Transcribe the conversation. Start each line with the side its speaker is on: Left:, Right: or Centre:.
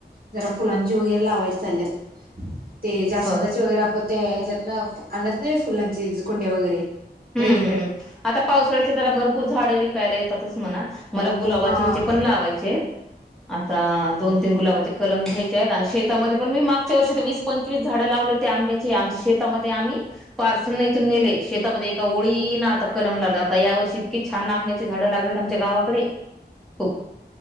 Right: जरा फुलांची वगैरे लावायची चालल्यात! ते जास्वंदाचे
Centre: हो
Right: वगैरे आपण ते ह्याच्यात न आणत नाही फुलांचे कुंड्या वगैरे -
Centre: हम्म
Right: रेडी
Centre: आता पावसाळ्याचे जरा भरपूर झाड विकायला येतातच म्हणा मला गुलाबाचे
Right: हा
Centre: हिचे पण लावायचे. <unintelligible> आता दोन तीन गुलाबाचे कलम घ्यायचे आहेत आणि शेतामध्ये पण मी मागच्या वर्षी तर वीस पंचवीस झाडं लावलत. आंब्याची आमच्या शेतामध्ये आम्ही पार्सल इथून नेले शेतामध्ये - ओळीन आता कलम लागलं आता या वर्षी इतकी छान आंब्याची झाडं लागलीत आमच्या गावाकडे - हो